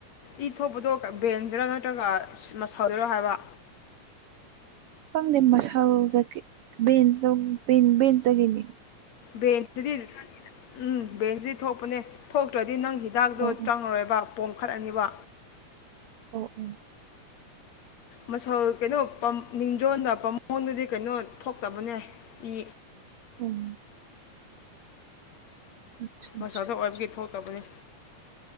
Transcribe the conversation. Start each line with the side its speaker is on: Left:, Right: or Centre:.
Left: ꯏ ꯊꯣꯛꯄꯗꯣ ꯕꯦꯟꯁꯗꯔꯥ ꯅꯠꯇ꯭ꯔꯒ ꯃꯁꯜꯗꯔꯣ ꯍꯥꯏꯕ
Right: ꯈꯪꯗꯦ ꯃꯁꯜꯗꯒꯤ ꯚꯦꯟꯁꯗꯣ ꯕꯤꯟ ꯚꯦꯟꯁꯇꯒꯤꯅꯤ
Left: ꯚꯦꯟꯁꯇꯗꯤ ꯎꯝ ꯚꯦꯟꯁꯇꯗꯤ ꯊꯣꯛꯄꯅꯦ ꯊꯣꯛꯇ꯭ꯔꯗꯤ ꯅꯪ ꯍꯤꯗꯥꯛꯇꯣ
Right: ꯑꯣ ꯑꯣ
Left: ꯆꯪꯉꯔꯣꯏꯕ ꯄꯣꯝꯈꯠꯂꯅꯤꯕ
Right: ꯑꯣ ꯑꯣ
Left: ꯃꯁꯜ ꯀꯩꯅꯣ ꯅꯤꯡꯖꯣꯟꯒ ꯄꯝꯃꯣꯡꯗꯗꯤ ꯀꯩꯅꯣ ꯊꯣꯛꯇꯕꯅꯦ ꯏ
Right: ꯎꯝ ꯑꯠꯆꯥ
Left: ꯃꯁꯜꯗ
Right: ꯑꯠꯆꯥ
Left: ꯑꯣꯏꯕꯒꯤ ꯊꯣꯛꯇꯕꯅꯤ